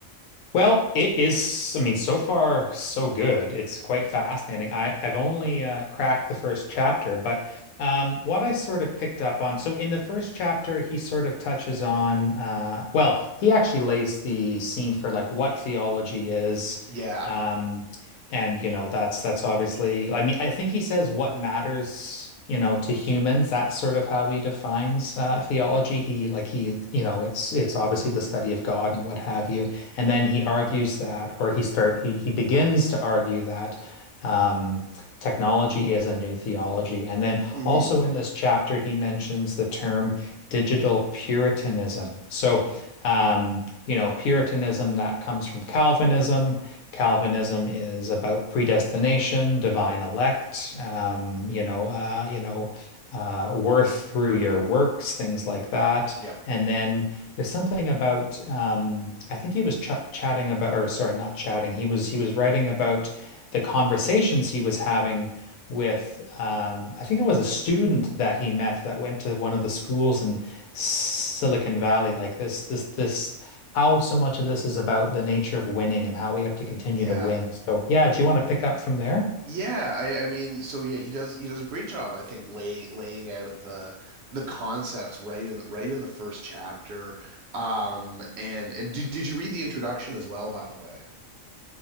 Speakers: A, on the left; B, on the right.
A: Well, it is, I mean, so far so good. It's quite fascinating. I, I've only uh, cracked the first chapter, but um, what I sort of picked up on, so in the first chapter, he sort of touches on, uh, well, he actually lays the scene for like what theology is.
B: Yeah.
A: Um, and you know, that's that's obviously, I mean, I think he says what matters, you know, to humans. That's sort of how he defines uh, theology. He like he, you know, it's it's obviously the study of God and what have you. And then he argues that, or he start he he begins to argue that um, technology is a new theology. And then
B: hmm
A: also in this chapter, he mentions the term digital Puritanism. So,
B: <laughs>
A: um, you know, Puritanism that comes from Calvinism. Calvinism is about predestination, divine elect, um, you know, uh, you know, uh, worth through your works, things like that.
B: Yep.
A: And then there's something about um, I think he was ch chatting about, or sorry, not chatting. He was he was writing about the conversations he was having with um, I think it was a student that he met that went to one of the schools in Silicon Valley. Like this, this, this, how so much of this is about the nature of winning and how we have to continue
B: Yeah.
A: to win. So yeah, do you want to pick up from there?
B: Yeah, I, I mean, so yeah, he does he does a great job, I think, laying laying out the the concepts right in right in the first chapter. Um, and and did did you read the introduction as well, by the way?